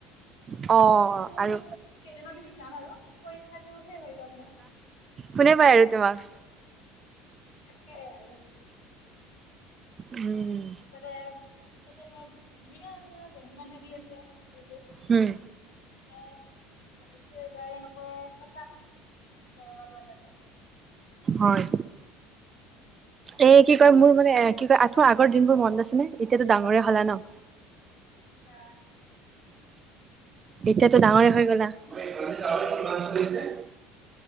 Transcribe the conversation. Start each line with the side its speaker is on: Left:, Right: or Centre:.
Right: অ',
Left: ভাবিছো,
Right: আৰু
Left: কেইদিমান পিছত যাম আৰু পৰীক্ষাটো হে হৈ লওক মোৰ।
Right: কোনে পাই আৰু তোমাক।
Left: তাকেই, আৰু
Right: উম,
Left: তাতে, তাতে মোৰ বিভিন্ন ধৰণৰ বন্ধু-বান্ধৱী আছে বহুত। মানে
Right: হুম,
Left: ভাবিছো এইবাৰ এনেকৈ কটাম। গৰমৰ বন্ধটো।
Right: হয়। এ কি কয়, মোৰ মানে এ কি কয়, আকৌ আগৰ দিনবোৰ মনত আছে নে? এতিয়াতো ডাঙৰে হলা ন?
Left: আহ
Right: এতিয়াতো ডাঙৰে হৈ গলা। <unintelligible>
Left: হে